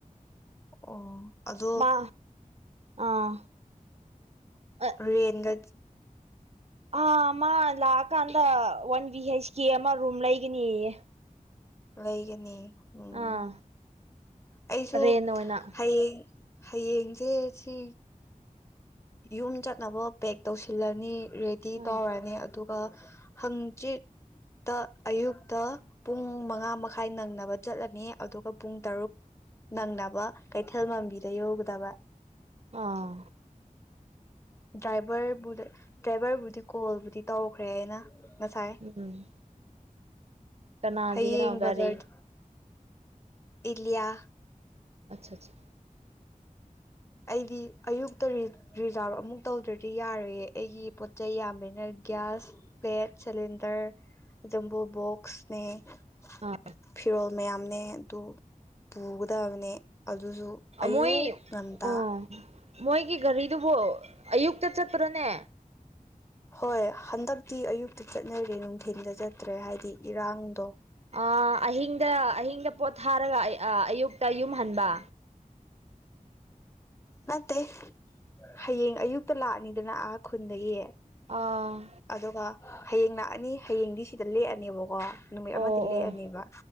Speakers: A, on the left; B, on the right.
A: ꯑꯣ ꯑꯗꯣ
B: ꯃꯥ ꯑꯥ ꯑ
A: ꯔꯦꯟꯗ
B: ꯑꯥ ꯃꯥ ꯂꯥꯛꯑꯀꯥꯟꯗ ꯋꯥꯟ ꯚꯤ ꯍꯩꯁꯀꯤ ꯑꯃ ꯔꯨꯝ ꯂꯩꯒꯅꯤꯌꯦ
A: ꯂꯩꯒꯅꯤ ꯎꯝ
B: ꯑꯥ
A: ꯑꯩꯁꯨ
B: ꯔꯦꯟ ꯑꯣꯏꯅ
A: ꯍꯌꯦꯡ ꯍꯌꯦꯡꯁꯦ ꯁꯤ ꯌꯨꯝ ꯆꯠꯅꯕ ꯄꯦꯛ ꯇꯧꯁꯤꯜꯂꯅꯤ ꯔꯦꯗꯤ
B: ꯑꯥ
A: ꯇꯧꯔꯅꯤ ꯑꯗꯨ ꯍꯪꯆꯤꯠꯇ ꯑꯌꯨꯛꯇ ꯄꯨꯡ ꯃꯉꯥ ꯃꯈꯥꯏ ꯅꯪꯅꯕ ꯆꯠꯂꯅꯤ ꯑꯗꯨꯒ ꯄꯨꯡ ꯇꯔꯨꯛ ꯅꯪꯅꯕ ꯀꯩꯊꯦꯜ ꯃꯥꯟꯕꯤꯗ ꯌꯧꯒꯗꯕ
B: ꯑꯥ
A: ꯗ꯭ꯔꯥꯏꯚꯔꯕꯨ ꯗ꯭ꯔꯥꯏꯚꯔꯕꯨꯗꯤ ꯀꯣꯜꯕꯨꯗꯤ ꯇꯧꯈ꯭ꯔꯦ ꯑꯩꯅ ꯉꯁꯥꯏ
B: ꯎꯝ ꯀꯅꯥꯒꯤꯅꯣ
A: ꯍꯌꯦꯡ
B: ꯒꯥꯔꯤ
A: ꯕꯖꯥꯔ ꯏꯂꯤꯌꯥ
B: ꯑꯆꯥ ꯑꯆꯥ
A: ꯑꯩꯗꯤ ꯑꯌꯨꯛꯇ ꯔꯤꯖꯥꯔꯚ ꯑꯃꯨꯛ ꯇꯧꯗ꯭ꯔꯗꯤ ꯌꯥꯔꯣꯏꯌꯦ ꯑꯩꯒꯤ ꯄꯣꯠꯆꯩ ꯌꯥꯝꯕꯅ ꯒ꯭ꯌꯥꯁ ꯄꯦꯠ ꯁꯤꯂꯤ ꯗꯔ ꯖꯝꯕꯨ ꯕꯣꯛꯁ <unintelligible>
B: ꯑꯥ
A: ꯐꯤꯔꯣꯜ ꯃꯌꯥꯝ ꯅꯦ ꯇꯨ ꯄꯨꯒꯗ ꯕꯅꯦ ꯑꯗꯨꯁꯨ ꯑꯌꯨꯛ
B: ꯃꯣꯏ
A: ꯉꯟ ꯇ
B: ꯑꯥ ꯃꯣꯏꯒꯤ ꯒꯥꯔꯤꯗꯨꯕꯨ ꯑꯌꯨꯛꯇ ꯆꯠꯄꯔꯥꯅꯦ
A: ꯍꯣꯏ ꯍꯟꯗꯛꯇꯤ ꯑꯌꯨꯛꯇ ꯆꯠꯅꯔꯦ ꯅꯨꯡꯊꯤꯟꯗ ꯆꯠꯇ꯭ꯔꯦ ꯍꯥꯏꯗꯤ ꯏꯔꯥꯡꯗꯣ
B: ꯑ ꯑꯍꯤꯡꯗ ꯑꯍꯤꯡꯗ ꯄꯣꯠ ꯊꯥꯔꯒ ꯑꯌꯨꯛꯇ ꯌꯨꯝ ꯍꯟꯕ
A: ꯅꯠꯇꯦ ꯍꯌꯦꯡ ꯑꯌꯨꯛꯇ ꯂꯥꯛꯑꯅꯤꯗꯅ ꯑꯥ ꯈꯨꯟꯗꯒꯤ
B: ꯑ
A: ꯑꯗꯨꯒ ꯍꯌꯦꯡ ꯂꯥꯛꯑꯅꯤ ꯍꯌꯦꯡꯗꯤ ꯁꯤꯗ ꯂꯦꯛꯑꯅꯦꯕꯀꯣ ꯅꯨꯃꯤꯠ
B: ꯑꯣ
A: ꯑꯃꯗꯤ
B: ꯑꯣ
A: ꯂꯦꯛꯑꯅꯦꯕ